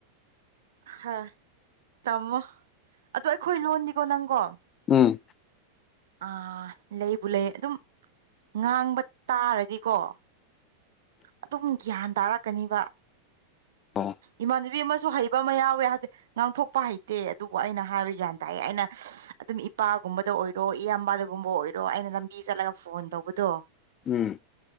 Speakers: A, on the right (about 60°); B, on the left (about 25°).
A: ꯍ ꯇꯝꯃꯣ ꯑꯗꯣ ꯑꯩꯈꯣꯏ ꯂꯣꯟꯅꯤꯀꯣ ꯅꯪꯒꯣ
B: ꯎꯝ
A: ꯑꯥ ꯂꯩꯕꯨ ꯂꯩ ꯑꯗꯨꯝ ꯉꯥꯡꯕ ꯇꯥꯔꯗꯤꯀꯣ ꯑꯗꯨꯝ ꯒ꯭ꯌꯥꯟ ꯇꯥꯔꯛꯀꯅꯤꯕ
B: ꯑꯣ
A: ꯏꯃꯥꯟꯅꯕꯤ ꯑꯃꯁꯨ ꯍꯩꯕ ꯑꯃ ꯌꯥꯎꯋꯦ ꯍꯥꯏꯗꯤ ꯉꯥꯡꯊꯣꯛꯄ ꯍꯩꯇꯦ ꯑꯗꯨꯕꯨ ꯑꯩꯅ ꯍꯥꯏꯕ ꯖꯟ ꯇꯥꯏ ꯑꯩꯅ ꯑꯗꯨꯝ ꯏꯄꯥꯒꯨꯝꯕꯗ ꯑꯣꯏꯔꯣ ꯏꯌꯥꯝꯕꯗꯒꯨꯝꯕ ꯑꯣꯏꯔꯣ ꯑꯩꯅ ꯂꯝꯕꯤ ꯆꯠꯂꯒ ꯐꯣꯟ ꯇꯧꯕꯗꯣ
B: ꯎꯝ